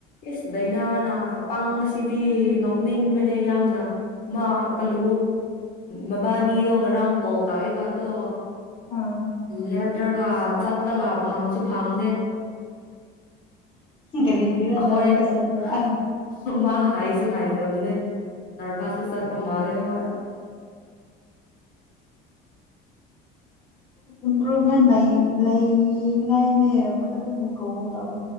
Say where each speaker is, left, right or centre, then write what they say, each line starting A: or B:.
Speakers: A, on the left; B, on the left.
A: ꯏꯁ ꯂꯩꯅꯥꯅꯅꯥ ꯄꯪꯕꯁꯤꯗꯤ ꯅꯣꯛꯅꯤꯡꯕꯅꯦ ꯌꯥꯝꯅ ꯃꯥ ꯀꯜꯂꯨ ꯃꯕꯥꯅꯤꯗꯣ ꯉꯔꯥꯡ ꯀꯣꯜ ꯇꯧꯑꯦꯕ ꯑꯗꯣ
B: ꯑ
A: ꯂꯦꯞꯇ꯭ꯔꯒ ꯆꯠꯂꯒ ꯐꯝꯁꯨ ꯐꯝꯗꯦ
B: ꯀꯔꯤꯒꯤꯔ
A: ꯍꯈꯣꯏꯅ
B: ꯅꯔꯚꯁ ꯆꯠꯄ꯭ꯔꯥ
A: ꯃꯥ ꯍꯥꯏꯁꯨ ꯍꯥꯏꯗꯝꯅꯦ ꯗꯔꯕꯥꯥꯁ ꯁꯥꯗ ꯃꯥꯂ ꯍꯣꯏ
B: ꯏꯝꯄ꯭ꯔꯨꯚꯃꯦꯟ ꯂꯩꯅꯤꯉꯥꯏꯅꯦ ꯑꯗꯨꯝ ꯀꯣ ꯇꯧꯕ